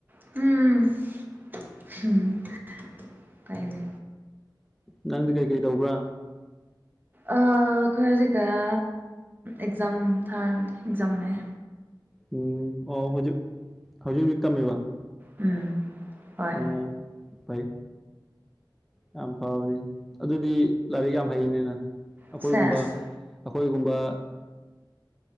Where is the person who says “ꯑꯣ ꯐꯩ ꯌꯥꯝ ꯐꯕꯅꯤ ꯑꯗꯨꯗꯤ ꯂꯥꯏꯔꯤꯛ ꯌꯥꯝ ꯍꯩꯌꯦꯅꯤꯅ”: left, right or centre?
Centre